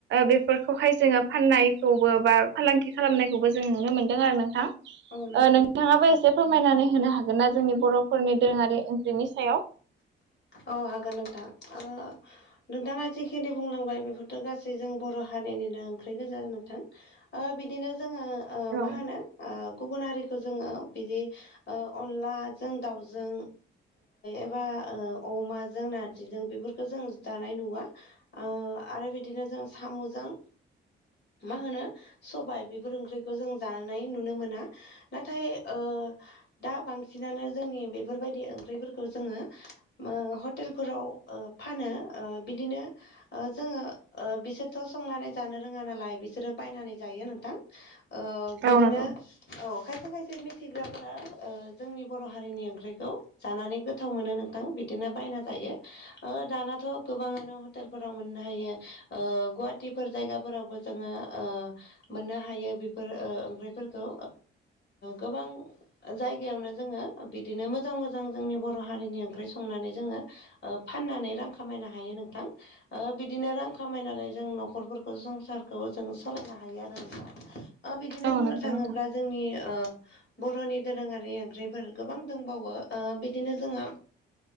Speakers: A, on the right; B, on the left.
A: बेफोरखौहाय जोङो फाननायखौबो बा फालांगि खालामनायखौबो जों नुनो मोनदों आरो नोंथां।
B: औ नोंथां
A: नोंथाङाबो एसे फोरमायनानै होनो हागोन ना जोंनि बर'फोरनि दोरोङारि ओंख्रिनि सायाव?
B: औ हागोन नोंथां। नोंथाङा जिखिनि बुंलांबाय बेफोरथ' गासै जों बर' हारिनिनो ओंख्रि गोजा नोंथां। बिदिनो जोङो
A: औ
B: मा होनो गुबुन हारिखौ खौ जोङो बिदि अनलाजों दाउजों एबा अमाजों नारजिजों बेफोरखौ जों दानाय नुवा आरो बिदिनो जों साम'जों मा होनो सबाय बेफोर ओंख्रिखौ जों जानायानानै नुनो मोना नाथाय ओ दा बांसिनानो जोंनि बेफोरबायदि ओंख्रिफोरखौ जोङो हटेलफोराव फानो बिदिनो जोङो बिसोरथ' संनानै जानो रोङा नालाय बिसोरो बायनानै जायो नोंथां ओ बिदिनो
A: औ नंगौ
B: औ खायसे खायसे मिथिग्राफोरा जोंनि बर' हारिनि ओंख्रिखौ जानानै गोथाव मोनो नोंथां बिदिनो बायना जायो दानाथ' गोबाङानो हटेलफोराव मोननो हायो गुवाहाटिफोर जायगाफोरावबो जोङो मोननो हायो बेफोर ओंख्रिफोरखौ गोबां जायगायावनो जोङो बिदिनो मोजां मोजां जोंनि बर' हारिनि ओंख्रि संनानै जोङो फाननानै रां खामायनो हायो नोंथां। बिदिनो रां खामायनानै जों न'खरफोरखौ संसारखौ जों सोलायनो हायो आरो दा ओ बिदिनो
A: औ
B: बुंनो
A: नंगौ
B: थाङोब्ला
A: नोंथां
B: जोंनि बर'नि दोरोङारि ओंख्रिफोर गोबां दंबावो बिदिनो जोंहा